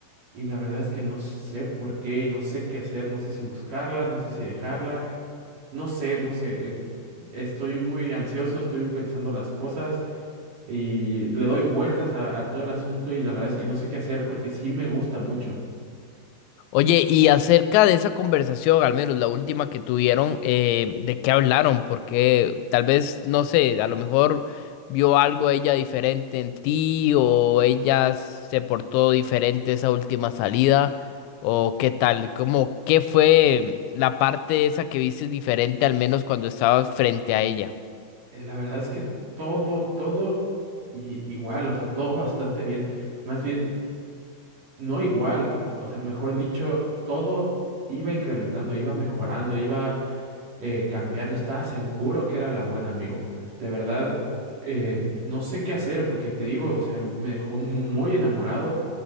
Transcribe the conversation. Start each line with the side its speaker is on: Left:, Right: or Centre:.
Right: Y la verdad es que no sé por qué y no sé qué hacer, no sé si buscarla, no sé si dejarla, no sé, no sé. eh, Estoy muy ansioso, estoy pensando las cosas y le doy vueltas a, a todo el asunto y la verdad es que no sé qué hacer porque sí me gusta mucho.
Left: Oye, y acerca de esa conversación, al menos la última que tuvieron, eh, ¿de qué hablaron? Porque tal vez, no sé, a lo mejor vio algo ella diferente en ti o ella se portó diferente esa última salida o qué tal, ¿Cómo qué fue la parte esa que viste diferente al menos cuando estabas frente a ella?
Right: Eh, La verdad es que todo, todo i- igual, o sea, todo bastante bien. Más bien, No igual, o sea, mejor dicho, todo iba incrementando, iba mejorando, iba eh, cambiando, estaba seguro que era la buena, amigo. De verdad, eh, no sé qué hacer porque te digo, o sea, me dejó mu- muy enamorado.